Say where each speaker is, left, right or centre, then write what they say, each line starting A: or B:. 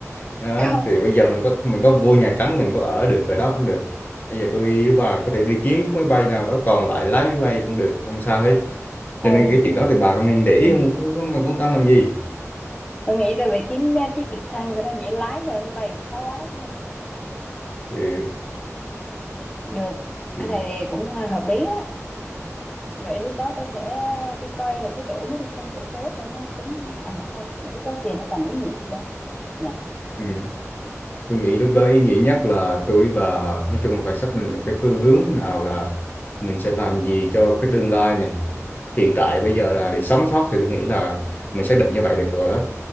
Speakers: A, on the left; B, on the left.
A: đó,
B: không
A: thì bây giờ mình có mình có vô Nhà Trắng mình có ở được ở đó không được bây giờ tôi và có thể đi kiếm chiếc máy bay nào đó còn lại lái máy bay cũng được không sao hết
B: không
A: cho nên cái chuyện đó thì bà không nên để ý
B: ừ.
A: không, không, không cần quan tâm làm gì
B: tôi nghĩ tôi phải kiếm ra chiếc trực thăng cho nó dễ lái cho máy bay cũng khó lái nha.
A: ừ.
B: được
A: Ừ.
B: cái này cũng à, hợp lý đó vậy lúc đó tôi sẽ đi coi được cái chỗ mấy trung tâm xổ số cho nó trúng à mà không mà lúc đó tiền nó còn ý nghĩa gì đâu nhỉ
A: Ừ. tôi nghĩ lúc đó ý nghĩa nhất là tôi và nói chung là phải xác định được cái phương hướng nào là mình sẽ làm gì cho cái tương lai này hiện tại bây giờ là để sống sót thì tôi nghĩ là mình xác định như vậy được rồi đó